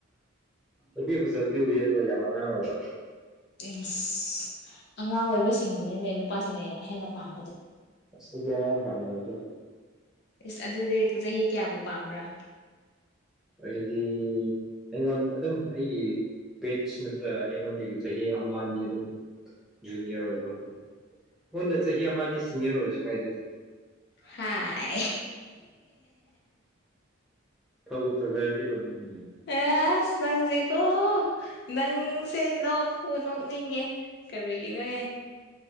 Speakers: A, in the centre; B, on the left.
A: ꯅꯨꯄꯤ ꯐꯖꯕꯗꯤ ꯎꯏꯌꯦ ꯑꯗꯨ ꯌꯥꯝ ꯑꯉꯥꯡ ꯑꯣꯏꯕ
B: ꯏꯁ ꯑꯉꯥꯡ ꯑꯣꯏꯕꯁꯤꯡꯕꯨꯅꯤꯅꯦ ꯅꯨꯄꯥꯁꯤꯡꯅ ꯌꯥ ꯍꯦꯟꯅ ꯄꯥꯝꯕꯗꯣ
A: ꯑꯁ ꯑꯩꯗꯤ ꯑꯉꯥꯡ ꯄꯥꯝꯗꯕꯗꯣ
B: ꯏꯁ ꯑꯗꯨꯗꯤ ꯆꯍꯤ ꯀꯌꯥꯕꯨ ꯄꯥꯝꯕ꯭ꯔꯥ
A: ꯑꯩꯗꯤ ꯑꯩꯉꯣꯟ ꯑꯗꯨꯝ ꯑꯩꯒꯤ ꯕꯦꯠꯁ ꯅꯠꯇ꯭ꯔ ꯑꯩꯉꯣꯟꯗꯒꯤ ꯆꯍꯤ ꯑꯃ ꯑꯅꯤ ꯑꯗꯨꯝ ꯖꯨꯅꯤꯌꯔ ꯑꯣꯏꯕ ꯉꯣꯟꯗ ꯆꯍꯤ ꯑꯃꯅꯤ ꯁꯤꯅꯤꯌꯔ ꯑꯣꯏꯔꯁꯨ ꯀꯥꯏꯗꯦꯗ
B: ꯍꯥꯏ
A: ꯐꯕꯨ ꯐꯖꯔꯗꯤ ꯂꯣꯏꯅ ꯎꯝ
B: ꯑꯦꯁ ꯅꯪꯁꯦꯀꯣ ꯅꯪꯁꯦ ꯅꯣꯛꯄꯨ ꯅꯣꯛꯅꯤꯡꯉꯦ ꯀꯔꯤꯅꯣꯍꯦ